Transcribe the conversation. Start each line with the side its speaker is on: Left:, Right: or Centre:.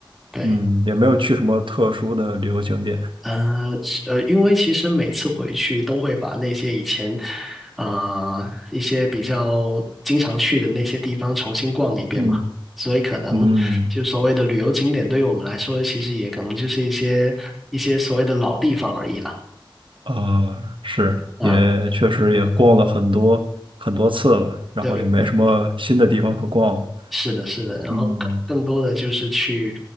Centre: 对。
Right: 嗯也没有去什么特殊的旅游景点，
Centre: 呃，其呃，因为其实每次回去都会把那些以前啊、一些比较经常去的那些地方重新逛一遍嘛，
Right: 嗯
Centre: 所以可能就所谓的旅游景点，
Right: 嗯。
Centre: 对于我们来说，其实也可能就是一些一些所谓的老地方而已了。
Right: 啊，是，
Centre: 啊，
Right: 也确实也逛了很多很多次了，然后也没什么新的地方可逛了。
Centre: 对对对，是的，是的，然后可能更多的就是去，
Right: 嗯